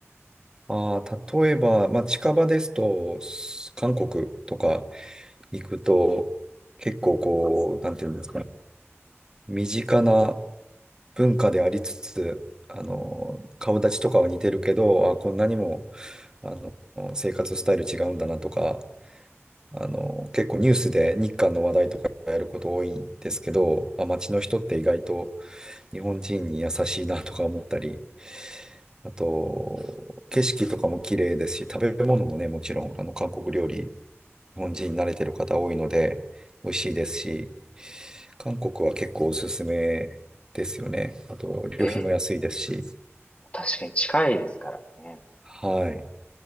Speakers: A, on the right (about 15°); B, on the left (about 25°).
A: ああ、例えば、まあ、近場ですと、す韓国とか行くと、結構こう、なんていうんですかね。身近な文化でありつつ、あの、顔立ちとかは似てるけど、あ、こんなにも、あの、生活スタイル違うんだなとか、あの、
B: うん
A: 結構ニュースで日韓の話題とかやること多いんですけど、あ、街の人って意外と、日本人に優しいなとか思ったり、あと、景色とかも綺麗ですし、食べ物もね、もちろん、あの、韓国料理、日本人慣れてる方多いので、美味しいですし、韓国は結構おすすめですよね。あと、旅費も安いですし、
B: ええ、確かに近いですからね。
A: はい。